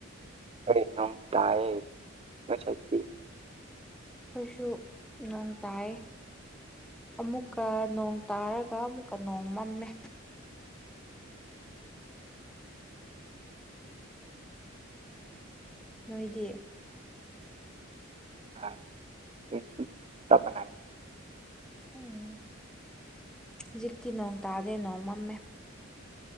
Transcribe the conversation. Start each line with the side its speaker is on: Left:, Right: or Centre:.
Right: ꯑꯩ ꯅꯣꯡ ꯇꯥꯢꯌꯦ ꯉꯁꯗꯤ
Centre: ꯑꯩꯈꯣꯏꯁꯨ ꯅꯣꯡ ꯇꯥꯏꯌꯦ ꯑꯃꯨꯛꯀ ꯅꯣꯡ ꯇꯥꯔꯒ ꯑꯃꯨꯛꯀ ꯅꯣꯡ ꯃꯝꯃꯦ ꯅꯣꯏꯗꯤ
Right: <inaudible>
Centre: ꯎꯝ ꯍꯧꯖꯤꯇꯤ ꯅꯣꯡ ꯇꯥꯗꯦ ꯅꯣꯡ ꯃꯝꯃꯦ